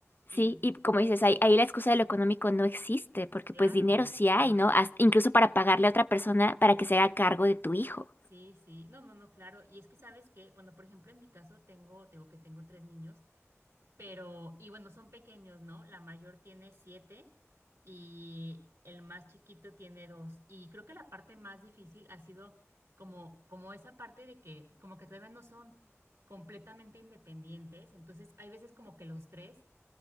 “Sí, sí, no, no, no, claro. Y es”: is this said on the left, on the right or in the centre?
Right